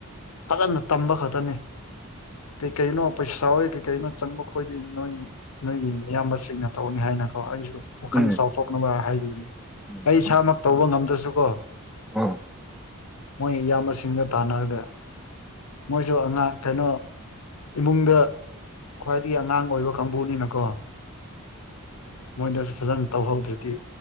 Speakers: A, on the left; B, in the centre.
A: ꯐꯖꯅ ꯇꯝꯕ ꯈꯛꯇꯅꯦ ꯀꯩ ꯀꯩꯅꯣ ꯄꯩꯁꯥ ꯀꯩ ꯀꯩꯅꯣ ꯆꯪꯕ ꯈꯣꯏꯗ ꯅꯣꯏ ꯅꯣꯏꯒꯤ ꯃꯤꯌꯥꯝꯕꯁꯤꯡꯅ ꯇꯧꯅꯤ ꯍꯥꯏꯅꯀꯣ ꯑꯩꯁꯨ ꯋꯥꯈꯜ
B: ꯎꯝ
A: ꯆꯥꯎꯊꯣꯛꯅꯕ ꯍꯥꯏꯈꯤꯕ
B: ꯎꯝ
A: ꯑꯩ ꯏꯁꯥꯃꯛ ꯇꯧꯕ ꯉꯝꯗ꯭ꯔꯁꯨꯀꯣ
B: ꯎꯝ
A: ꯃꯣꯏ ꯏꯌꯥꯝꯕ ꯃꯁꯤꯡꯒ ꯇꯥꯟꯅꯔꯒ ꯃꯣꯏꯁꯨ ꯑꯉꯥꯡ ꯀꯩꯅꯣ ꯏꯃꯨꯡꯗ ꯈ꯭ꯋꯥꯏ ꯗꯤ ꯑꯉꯥꯡ ꯑꯣꯏꯕ ꯀꯥꯡꯕꯨꯅꯤꯅꯀꯣ ꯃꯣꯏꯗꯁꯨ ꯐꯖꯅ ꯇꯧꯍꯧꯗ꯭ꯔꯗꯤ